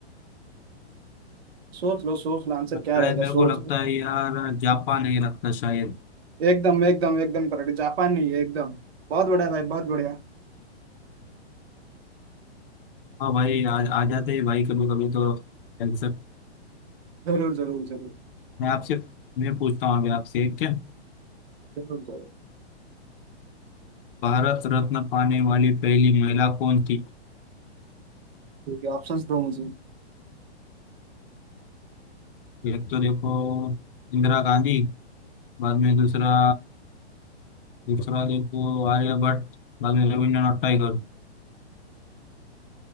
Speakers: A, on the right (about 65°); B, on the left (about 55°).
A: सोच लो सोच लो आंसर
B: शायद
A: क्या रहेगा
B: मेरे
A: सोच
B: को लगता
A: लो
B: है यार जापान है लगता शायद
A: एकदम एकदम एकदम करेक्ट जापान नहीं है एकदम बहुत बढ़िया भाई बहुत बढ़िया
B: हाँ भाई आ, आ जाते हैं भाई कभी कभी तो आंसर
A: जरूर जरूर जरूर
B: मैं आपसे मैं पूछता हूँ अभी आपसे एक क्या
A: जरूर जरूर
B: भारत रत्न पाने वाली पहली महिला कौन थी
A: ठीक है ऑप्शन दो मुझे
B: एक तो देखो इंदिरा गांधी बाद में दूसरा दूसरा देखो आर्यभट्ट बाद में रविन्द्रनाथ टैगोर